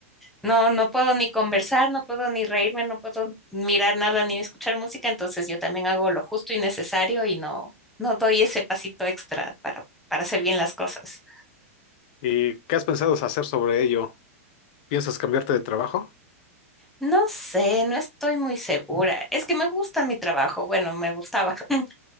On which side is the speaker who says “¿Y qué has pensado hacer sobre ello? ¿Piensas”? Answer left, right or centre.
Left